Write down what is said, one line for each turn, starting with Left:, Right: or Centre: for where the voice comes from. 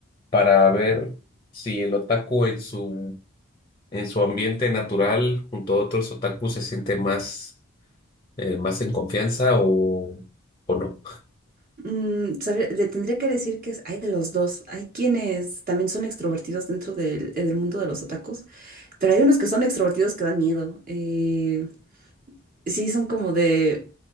Left: para ver si el otaku en su, en su ambiente natural junto a otros otakus se siente más eh, más en confianza o, o no.
Right: Mm, sabe- le tendría que decir que es, hay de los dos. Hay quienes también son extrovertidos dentro del, eh, del mundo de los otakus, pero hay unos que son extrovertidos que dan miedo. Eh, sí, son como de,